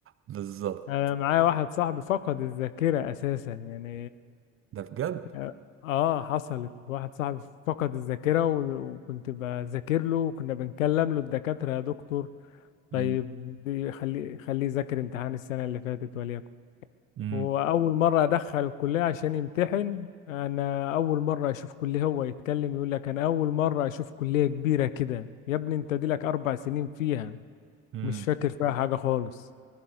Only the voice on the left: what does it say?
انا معايا واحد صاحبي فقد الذاكره اساسا يعني
اه آه، حصلت واحد صاحبي فقد الذاكره و- وكنت بذاكر له وكنا بنكلم له الدكاتره يا دكتور طيب
دي- خليه خليه يذاكر امتحان السنه اللي فاتت وليكن
وأول مرة أدخل الكلية عشان يمتحن أنا أول مرة أشوف كلية هو يتكلم يقول لك أنا أول مرة أشوف كلية كبيرة كده يا ابني أنت دي لك أربع سنين فيها
مش فاكر فيها حاجة خالص